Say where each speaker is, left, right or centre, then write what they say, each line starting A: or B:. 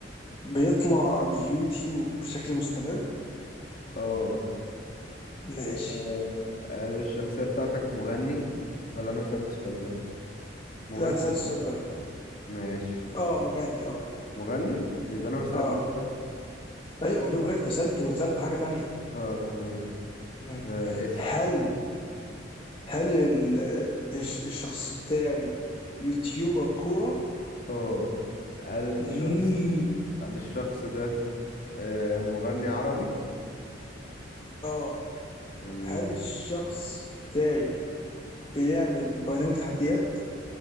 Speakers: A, on the left (about 30°); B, on the left (about 45°).
A: بيطلع على اليوتيوب بشكل مستمر؟
B: اه آه،
A: ماشي
B: هل الشخصية بتاعتك مغني ولا أنا سألت السؤال ده مغني
A: لا أنت سألت السؤال ده
B: ماشي
A: أه مغني أه
B: مغني يبقى انا ما سألتش
A: أه
B: بقى
A: أيوة ما بقول لك أنت سألت وسألت حاجة تانية
B: اه تمام
A: ماشي.
B: آه اسم
A: هل هل ال- الش- الشخص بتاعي يوتيوبر كورة؟
B: اه هل
A: مم.
B: الشخص هل الشخص ده آه مغني عربي
A: اه
B: تمام
A: هل الشخص بتاعي بيعمل برنامج تحديات؟